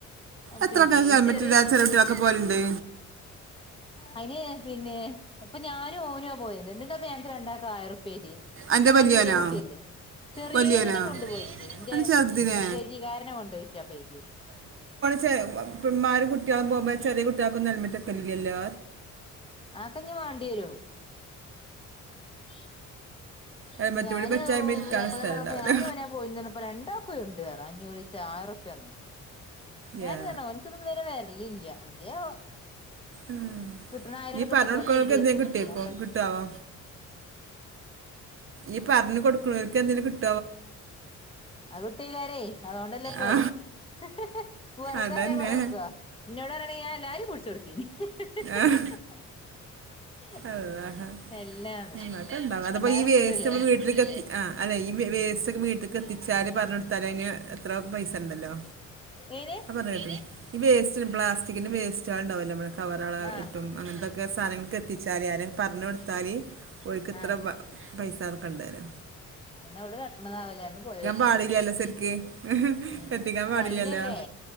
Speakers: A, on the right (about 45°); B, on the left (about 20°).
A: എത്രണ്ണം
B: പിന്നെ ഇനി
A: ഹെൽമെറ്റിലാതെ
B: ചെറിയ
A: ചെറിയാകുട്ട്യാളൊക്കെ പൊവല്ണ്ട്.
B: അയിന് പിന്നെ ഇപ്പഞാനും ഓന് പോയത്, എന്നിട്ടാപ്പ ഞങ്ങക്ക്- രണ്ടാക്കാ ആയിറുപ്പ്യഎയ്ത്യേ.
A: എൻ്റെ
B: എന്റെ പ
A: വലിയവനോ
B: ചെറിയ കുട്ടിയല്ലേ? ചെറിയതിനെ
A: വലിയനോ
B: കൊണ്ടുപോയിറ്റ് ഇന്റെ
A: അത് ചെറുതിനെ
B: എൽ കെ ജി കാരനെ കൊണ്ടൊയിറ്റാപാ എയ്ത്യേ.
A: ചെ പെങ്ങമാരെ കുട്ട്യെളെ- പോവുബോ ചെറിയ കുട്ട്യാക്കൊന്നും ഹെൽമെറ്റക്കലിലലോ.
B: ആ ക്കെന്നി വാണ്ടിഏരും ആഹ്.
A: ഹെൽമെറ്റ്
B: ഞാന്
A: കൂടി വെച്ചാൽ ഇരിക്കാനും
B: പുത്യാപളനോടപ്പം
A: സ്ഥലം ഉണ്ടാവില്ല
B: ഞാനും അങ്ങനെ പോയിന്, പറഞ്ഞപ്പോ- രണ്ടാകുണ്ട് നറഞ്ഞു അന്നൂ റീച്ചെ ആയി റുപ്യ. ഞാനതണോ
A: യാ.
B: എനിക്കിന്നൊന്നും- വരെ വേറെല്ല ഇല്ല എന്റെയേ ആവോ.
A: ഉം.
B: ക്ട്ണായിര ഇങ്ങ്ട്ട്
A: ഈ
B: കിട്ടിക്കോടേ-
A: പറഞ്ഞു കൊടുക്കുന്നവർക്ക്
B: കരിതേക്കും
A: എന്തെങ്കിലും കിട്ടിയേക്കും
B: അല്ലാതെപ്പോന്താ.
A: കിട്ടുവോ ഈ പറഞ്ഞു കൊട്ക്ക്ണോൽക്ക്, എന്തെലും കിട്ടോ.
B: അത്കിട്ടും അക്കാരെ അതോണ്ടല്ലെപത്
A: ആ.
B: ഇഹ്. ഹ്.. വെറുതെ
A: അതന്നെ
B: ആരെലും പറഞ്ഞെടുക്കോ ഇന്നോടറയാണിങ്കില് ഞാനല്ലാരിം പുടിചൊടിതീനി ഇഹ്.. ഇഹ്..
A: ആ
B: ഇഹ്.. ഇഹ്.. ഹ്...
A: അല്ലാഹ്
B: ! എല്ലാന്ന്
A: അങ്ങനൊക്കെ ഉണ്ടാവും അതിപ്പോ
B: രണ്ടായർപ്പട്ടല്ലേ
A: ഈ വേസ്റ്റ് നമ്മൾ വീട്ടിലേക്ക് എത്തി ആ അല്ലേ ഈ വേ സ്റ്റോക്കെ, വീട്ടിലക്ക് എത്തിച്ചാല് പറഞ്ഞ- കൊടുത്താല് അയിന് എത്ര പൈസ ഉണ്ടല്ലോ.
B: ഏയിന്
A: പറഞ്ഞ കേട്ട ഈ വേസ്റ്റ് പ്ലാസ്റ്റിക്കിന്റെ വേസ്റ്റാളുട്ടാവോലോ നമ്മ കവറള
B: ആഹ്
A: ഇട്ടും അങ്ങനത്തെൊക്കെ സാധനങ്ങൾക്ക് എത്തിച്ചാല് ആരങ്കും പറഞ്ഞ കൊടുത്താല് ഓല്ക്ക് ഇത്ര
B: ആഹ്
A: വ പൈസ നക്കണ്ടായ്ന്
B: എന്ന അവള് കെട്ടണ നാവൊലെ, ഒന്ന് പോയോക്കേന്.
A: പാടില്ലല്ലോ ശരിക്ക്
B: ആ
A: കത്തിക്കാൻ
B: ഫൈനല്ലേ.
A: പാടില്ലല്ലോ